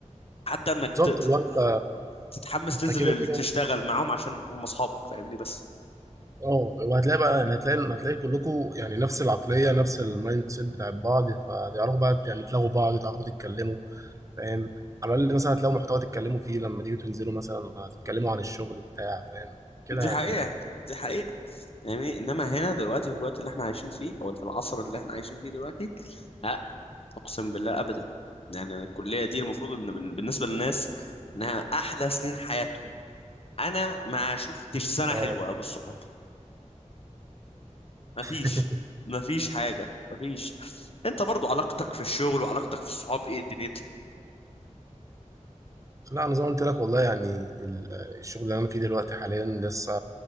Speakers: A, on the left; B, on the right.
A: حتى انك
B: بالظبط
A: ت- تت-
B: هو انت
A: تتحمس
B: انت
A: تنزل
B: كده
A: ال-
B: كده
A: تشتغل معاهم عشان هم اصحابك فاهمني بس
B: اه وهتلاقي بقى يعني هتلاقي هتلاقي كلكم يعني نفس العقليه نفس المايند سيت بتاع بعض فتعرفوا بقى يعني تلاقوا بعض تعرفوا تتكلموا فاهم على الاقل مثلا هتلاقوا محتوى تتكلموا فيه لما تيجوا تنزلوا مثلا هتتكلموا عن الشغل بتاع فاهم كده
A: دي
B: يعني
A: حقيقة دي حقيقة يعني انما هنا دلوقتي في الوقت اللي احنا عايشين فيه او في العصر اللي احنا عايشين فيه دلوقتي لا اقسم بالله ابدا يعني أنا الكلية دي المفروض ان بال- بالنسبة للناس انها احلى سنين حياتهم انا ما شفتش سنة
B: اه
A: حلوة بالصحاب ما فيش
B: <laughs>
A: ما فيش حاجة ما فيش انت برضو علاقتك في الشغل وعلاقتك في الصحاب ايه دنيتك
B: لا انا زي ما قلت لك والله يعني ال- الشغل اللي انا فيه دلوقتي حاليا لسه